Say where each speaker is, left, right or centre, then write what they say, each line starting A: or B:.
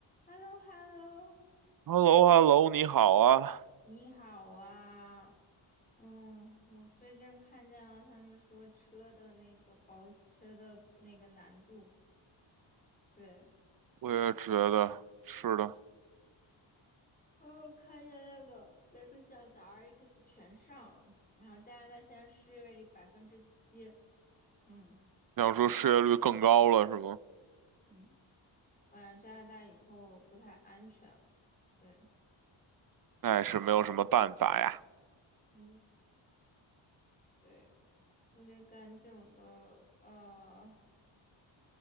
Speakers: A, on the left; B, on the right.
A: h e l l o h e l l o
B: h e l l o h e l l o 你好啊！
A: 你好啊。嗯，我最近看见了他们说车的那个保车的那个难度，对，
B: 我也觉得是的，
A: 哦，看见那个雷克萨斯 RX 全上了，然后加拿大现在失业率百分之七，嗯
B: 想说失业率更高了是吗？
A: 嗯，我感觉加拿大以后不太安全了，对。
B: 那也是没有什么办法呀。
A: 嗯，对，我得赶紧的，呃，